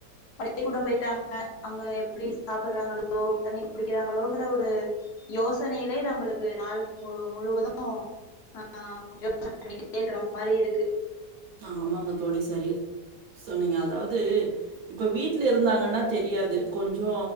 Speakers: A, on the left; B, on the right.
A: பள்ளிக்கூடோ போயிட்டாங்க அங்க எப்புடி சாப்பிடுறாங்களோ தண்ணி குடிக்கிறாங்களோங்கிற ஒரு யோசனையிலே நம்மளுக்கு நாள் போ முழுவதோ ஆ யோசன பண்ணிக்குட்டே இருக்குற மாரி இருக்கு
B: ஆமாங்க தோழி சரியா சொன்னீங்க அதாவது இப்போ வீட்ல இருந்தாங்கன்னா தெரியாது கொஞ்சோ